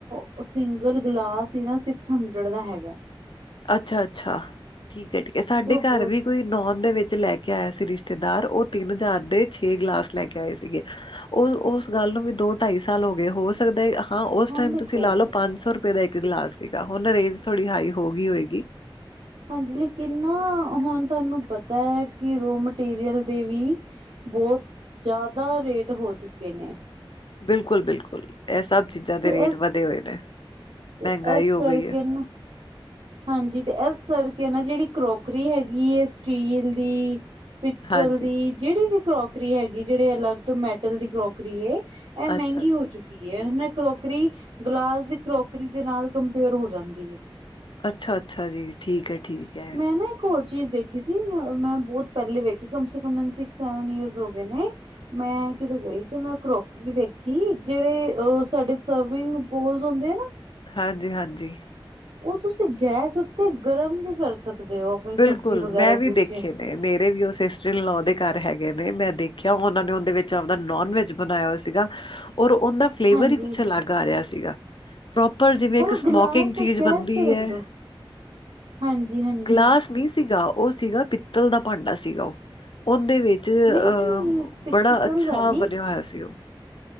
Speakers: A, on the right; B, on the left.
A: ਉਹ ਸਿੰਗਲ ਗਲਾਸ ਹੀ ਨਾ ਸਿਕਸ ਹੰਡਰਡ ਦਾ ਹੈਗਾ।
B: ਅੱਛਾ- ਅੱਛਾ ਠੀਕ ਹੈ। ਠੀਕ ਹੈ। ਸਾਡੇ
A: ਤੇ ਉਹ
B: ਘਰ
A: ਬਹੁਤ
B: ਵੀ ਕੋਈ ਨੋਨ ਦੇ ਵਿੱਚ ਲੈ ਕੇ ਆਇਆ ਸੀ ਰਿਸ਼ਤੇਦਾਰ। ਉਹ ਤਿੰਨ ਹਜ਼ਾਰ ਦੇ ਛੇ ਗਲਾਸ ਲੈ ਕੇ ਆਏ ਸੀਗੇ। ਉਹ ਉਸ ਗੱਲ ਨੂੰ ਵੀ ਦੋ- ਢਾਈ ਸਾਲ ਹੋ ਗਏ, ਹੋ ਸਕਦਾ ਹਾਂ ਉਸ
A: ਹੁਣ
B: ਟਾਈਮ
A: ਦੇਖੋ
B: ਤੁਸੀਂ ਲਾ ਲਓ ਪੰਜ ਸੌ ਰੁਪਏ ਦਾ ਇੱਕ ਗਲਾਸ ਸੀਗਾ। ਹੁਣ ਰੇਂਜ ਥੋੜ੍ਹੀ ਹਾਈ ਹੋ ਗਈ ਹੋਏਗੀ।
A: ਹਾਂਜੀ ਲੇਕਿਨ ਨਾ ਹੁਣ ਤੁਹਾਨੂੰ ਪਤਾ ਹੈ ਕਿ ਰੋਅ ਮਟੀਰੀਅਲ ਦੇ ਵੀ ਬਹੁਤ ਜ਼ਿਆਦਾ ਰੇਟ ਹੋ ਚੁੱਕੇ ਨੇ।
B: ਬਿਲਕੁਲ- ਬਿਲਕੁਲ। ‌ਇਹ ਸਭ ਚੀਜ਼ਾਂ ਦੇ
A: ਤੇ
B: ਰੇਟ
A: ਇਸ
B: ਵਧੇ ਹੋਏ ਨੇ।
A: ਤੇ
B: ਮਹਿੰਗਾਈ
A: ਇਸ
B: ਹੋ
A: ਕਰਕੇ
B: ਗਈ ਹੈ।
A: ਨਾ ਹਾਂਜੀ ਤੇ ਇਸ ਕਰਕੇ ਨਾ ਜਿਹੜੀ ਕਰੋਕਰੀ ਹੈਗੀ ਹੈ ਸਟੀਲ ਦੀ ਪਿੱਤਲ
B: ਹਾਂਜੀ-ਹਾਂਜੀ
A: ਦੀ ਜਿਹੜੀ ਵੀ ਕਰੋਕਰੀ ਹੈਗੀ ਜਿਹੜੇ ਅਲੱਗ ਤੋਂ ਮੈਟਲ ਦੀ ਕਰੋਕਰੀ ਐ ਇਹ ਮਹਿੰਗੀ
B: ਅੱਛਾ-ਅੱਛਾ।
A: ਹੋ ਚੁੱਕੀ ਕੀ ਨਾ ਕਰੋਕਰੀ, ਗਲਾਸ ਦੀ ਕਰੋਕਰੀ ਦੇ ਨਾਲ ਕੰਪੇਅਰ ਹੋ ਜਾਂਦੀ ਹੈ।
B: ਅੱਛਾ ਅੱਛਾ ਜੀ, ਠੀਕ ਹੈ ਠੀਕ ਹੈ।
A: ਮੈਂ ਨਾ ਇੱਕ ਹੋਰ ਚੀਜ਼ ਦੇਖੀ ਸੀ, ਮੈਂ ਬਹੁਤ ਪਹਿਲੇ ਵੇਖੀ ਕਮ ਸੇ ਕਮ, ਸਵਨ ਈਅਰਸ ਹੋ ਗਏ ਨੇ। ਮੈਂ ਕਿਤੇ ਗਈ, ਤੇ ਮੈਂ ਕਰੋਕ ਵੀ ਦੇੇਖੀ, ਜਿਹੜੇ ਅ ਸਾਡੇ ਸਰਵਿੰਗ ਪੂਲ, ਹੁੰਦੇ ਆ ਨਾ
B: ਹਾਂਜੀ, ਹਾਂਜੀ।
A: ਉਹ ਤੁਸੀਂ ਗੈਸ ਉੱਤੇ ਗਰਮ ਵੀ ਕਰ ਸਕਦੇ ਹੋ, ਆਪਣੀ
B: ਬਿਲਕੁਲ
A: ਸਬਜ਼ੀ ਵਗੈਰਾ
B: ਮੈਂ ਵੀ
A: ਕੁਛ
B: ਦੇਖੇ ਮੇਰੇ ਵੀ ਉਹ ਸਿਸਟਰ ਇਨਲੋ ਦੇ ਘਰ ਹੈਗੇ ਨੇ, ਮੈਂ ਦੇਖਿਆ ਉਹਨਾਂ ਨੇ ਉਹਦੇ ਵਿੱਚ, ਆਪਦਾ ਨੋਨ ਵੈਜ ਬਣਾਇਆ ਹੋਇਆ ਸੀਗਾ, ਔਰ ਉਹਦਾ ਫਲੇਵਰ
A: ਹਾਂਜੀ
B: ਹੀ, ਕੁਛ ਅਲੱਗ ਆ ਰਿਹਾ ਸੀਗਾ। ਪ੍ਰੋਪਰ ਜਿਵੇਂ ਇੱਕ,
A: ਔਰ ਉਹ
B: ਸਮੋਕਿੰਗ
A: ਗਿਲਾਸ
B: ਚੀਜ਼
A: ਗੈਸ
B: ਬਣਦੀ
A: ਤੇ ਰੱਖ
B: ਹੈ।
A: ਦੋ ਹਾਂਜੀ, ਹਾਂਜੀ।
B: ਗਲਾਸ ਨਹੀਂ ਸੀਗਾ, ਉਹ ਸੀਗਾ ਪਿੱਤਲ ਦਾ ਭਾਂਡਾ ਸੀਗਾ ਉਹ, ਉਹਦੇ ਵਿੱਚ 'ਚ
A: ਨਹੀਂ
B: ਅਹ,
A: ਨਹੀਂ ਪਿੱਤਲ
B: ਬੜਾ ਅੱਛਾ
A: ਦਾ ਨਹੀਂ
B: ਬਣਿਆ ਹੋਇਆ ਸੀ ਉਹ